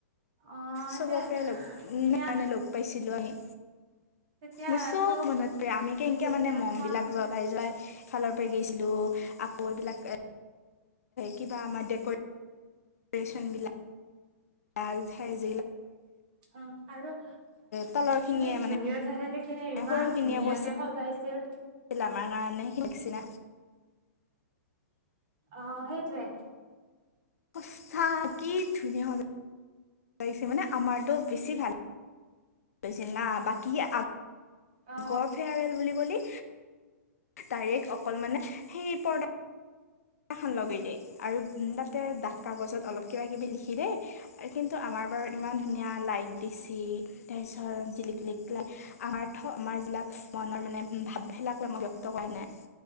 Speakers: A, on the right; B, on the left.
A: অ
B: চবকে
A: সেইটোৱে
B: লগ কাৰণে
A: এতিয়া
B: লগ পাইছিলো আমি।
A: তেতিয়াতো
B: মোৰ চব মনত পৰে আমি কেনেকে
A: যেতিয়া
B: মানে মম
A: ক্লাছ
B: বিলাক জ্বলাই যাই ফালৰ গৈছিলোঁ আকৌ এইবিলাক এ কিবা আমাৰ দেকৰেচন <unintelligible>
A: অ আৰু
B: তলৰখিনিয়ে
A: যিখিনি
B: মানে
A: জুনিয়ৰ <unintelligible> খিনি ইমান
B: সৰুখিনিয়ে
A: ধুনীয়াকে
B: কৈছিল
A: সজাইছিল!
B: আমাৰ কাৰণে সেইখিনি
A: অঁ সেইটোৱে।
B: অৱস্থা কি ধুনীয়া হল লাগিছে মানে আমাৰটো বেছি ভাল। ছিল না বাকী আ
A: অ
B: গড়ফেয়াৰ ৰেল বুলি কলি ডাইৰেক্ট অকল মানে সেই পৰ্দা এখন লগাই দিয়ে আৰু তাতে ডাঠ কাগজত অলপ কিবা কিবি লিখি দিয়ে কিন্তু আমাৰ বাৰু ইমান ধুনীয়া লাইট দিচি তাৰপিছত জিলিকিক লাই আমাৰ থ আমাৰ যিলাক মনৰ মানে ভাৱবিলাক মই ব্যক্ত কৰা নাই,